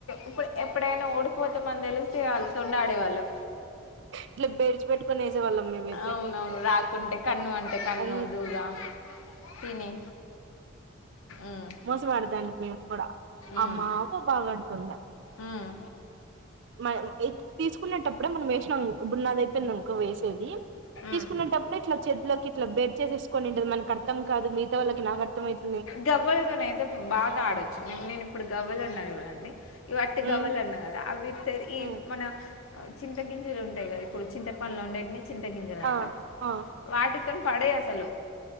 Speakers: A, on the left (about 80°); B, on the right (about 55°).
A: ఇప్పుడు ఎప్పుడైనా ఓడిపోతే మనం తెలిస్త వాళ్ళు తొండి ఆడేవాళ్ళు
B: ఇట్లా బేడ్చి పెెట్టుకొని వేసేవాళ్ళం మేమయితే
A: అవునవును రాకుంటే కన్ను అంటే కన్ను
B: అ
A: దూగా తిని ఉమ్
B: మోస పెడదాండి మేము కూడా ఆమ్
A: ఉమ్
B: మావ బాగాడుతుందిం
A: ఉమ్
B: మన తీసుకునేటప్పుడే మనం వేసినా బున్నాది అయిపోయింది ఇంకో వేసేది తీసుకునేప్పుడుే
A: ఉమ్
B: ఇట్లా చెదులోకి ఇట్ బేర్ చేేసుని ఉండది మన అర్ం కాదు మగత వాళ్కి నాకు అర్థం అయింది
A: గవ్వలతోన అయితే బాగా ఆడొచ్చుే నేను ఇప్పుడు గవ్వలు అన్న ఇ అ ఇవట్టి గవ్వలు
B: ఉమ్
A: అన్నా కదా అవి ఈ
B: ఉమ్
A: మన చింత గింజులు ఉంటాయి కదా ఇప్పుడు చింత పనులు ఉండేటని చింత గింజల అంటాం
B: ఆ ఆ
A: వాటి పడే అసలు